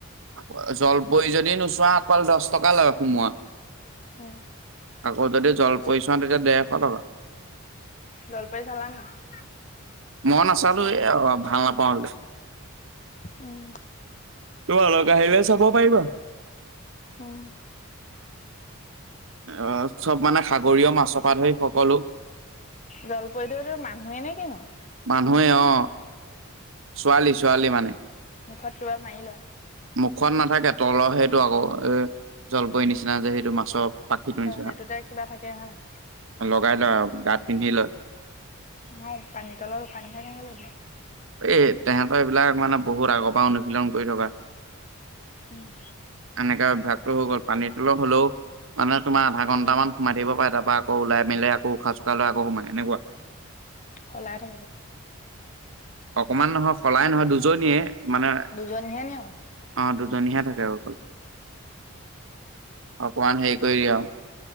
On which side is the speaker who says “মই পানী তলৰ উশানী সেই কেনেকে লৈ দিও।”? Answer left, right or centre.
Left